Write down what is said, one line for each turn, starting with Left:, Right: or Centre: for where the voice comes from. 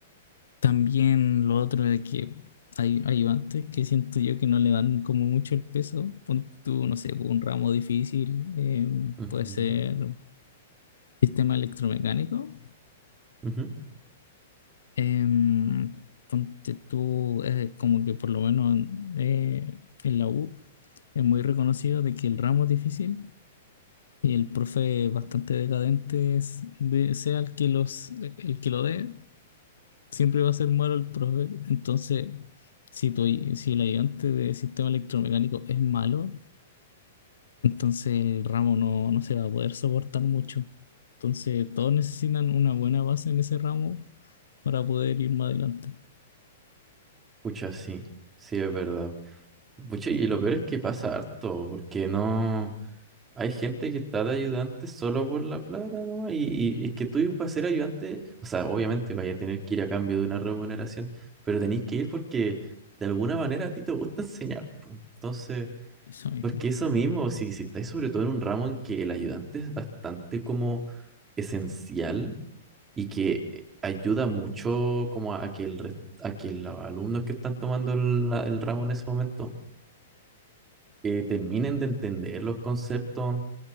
Left: También lo otro de que hay ayudantes que siento yo que no le dan como mucho el peso. Pon tú, no sé, pues, un ramo difícil, eh,
Right: Ujú,
Left: puede ser sistema electromecánico.
Right: ujú.
Left: em, ponte tú, eh, como que por lo menos eh, en la U es muy reconocido de que el ramo es difícil Y el profe bastante decadente es- de- sea el que los eh, el que lo dé, siempre va a ser malo el profe. Entonces, si tu, si el ayudante de sistema electromecánico es malo, entonces el ramo no, no se va a poder soportar mucho. Entonces, todos necesitan una buena base en ese ramo para poder ir más adelante.
Right: Pucha, sí, sí es verdad. Pucha, y lo peor es que pasa harto, porque no hay gente que está de ayudante solo por la plata, ¿no? Y, y es que tú para ser ayudante, o sea, obviamente vaya a tener que ir a cambio de una remuneración, pero tenéis que ir porque de alguna manera a ti te gusta enseñar, po. Entonces,
Left: Eso mismo.
Right: porque eso mismo, si, si estáis sobre todo en un ramo en que el ayudante es bastante como esencial y que eh, ayuda mucho como a, a que el res- a que los alumnos que están tomando la- el ramo en ese momento que terminen de entender los conceptos